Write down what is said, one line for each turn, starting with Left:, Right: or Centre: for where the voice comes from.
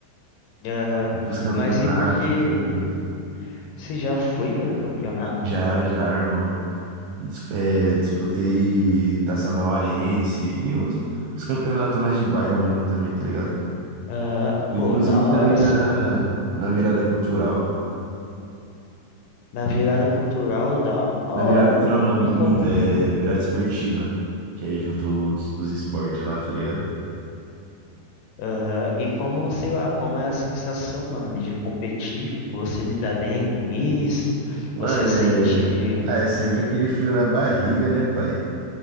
Left: Aham,
Right: Pros campeonatos,
Left: Mas e por que
Right: tudo.
Left: você já foi para campeonato?
Right: Já, já, irmão. Dis- é, disputei Taça Mauaense e uns, uns campeonatos mais de bairro mesmo também, tá ligado?
Left: Aham,
Right: Inclusive
Left: Pô, da hora,
Right: também
Left: cê
Right: na,
Left: é louco.
Right: na virada cultural.
Left: Na virada cultural, da hora,
Right: Na virada cultural
Left: mano.
Right: não,
Left: E
Right: minto,
Left: com
Right: é virada esportiva. Que é aí junto os, os esportes lá, tá ligado?
Left: Aham, E como, sei lá, como é a sensação, mano, de competir, você lida bem com isso,
Right: Mano,
Left: você sente,
Right: é. Ah, é sempre aquele frio na barriga, né, pai?